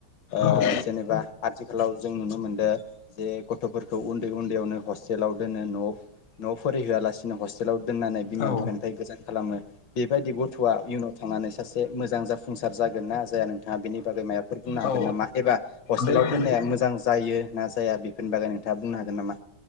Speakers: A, on the left; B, on the left.
A: ओ
B: औ
A: जेनेबा आथिखालाव जों नुनो मोनदों जे गथ'फोरखौ उन्दै उन्दैयावनो हस्टेलाव दोनो न' न'आव फरिहोआलासिनो हस्टेलाव दोननानै बिमा
B: औ
A: बिफानिफ्राय गोजान खालामो। बेबायदि थआ इयुनाव थांनानै सासे मोजां जाफुंसार जागोन ना जाया नोंथाङा बेनि बागै मायबाफोर बुंनो
B: औ
A: हागोन नामा एबा हस्टेलाव
B: बे
A: दोननाया मोजां जायो ना? जाया बेफोरनि बागै नोंथाङा बुंनो हागोन नामा?